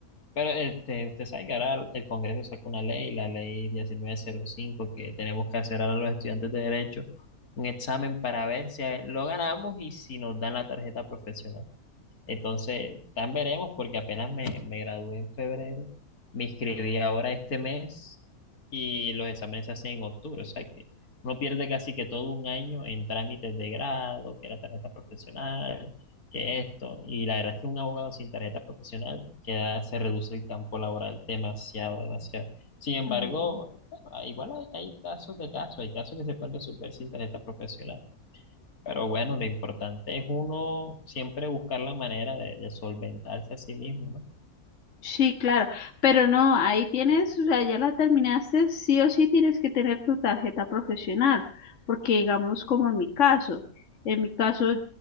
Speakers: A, on the left (about 80°); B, on the left (about 55°).
A: Pero este, usted sabe que ahora el Congreso sacó una ley, la ley diecinueve cero cinco, que tenemos que hacer ahora los estudiantes de Derecho un examen para ver si lo ganamos y si nos dan la tarjeta profesional. Entonces, tan veremos porque apenas me, me gradué en febrero, me inscribí ahora este mes y los exámenes se hacen en octubre, o sea que uno pierde casi que todo un año en trámites de grado, que la tarjeta profesional, que esto, y la verdad es que un abogado sin tarjeta profesional queda, se reduce el campo laboral demasiado, demasiado. Sin embargo,
B: Mm,
A: bueno, igual hay, hay casos de casos, hay casos que se pueden resolver sin tarjeta profesional. Pero bueno, lo importante es uno siempre buscar la manera de, de solventarse a sí mismo, ¿no?
B: Sí, claro, pero no, ahí tienes, o sea, ya la terminaste, sí o sí tienes que tener tu tarjeta profesional, porque digamos como en mi caso, en mi caso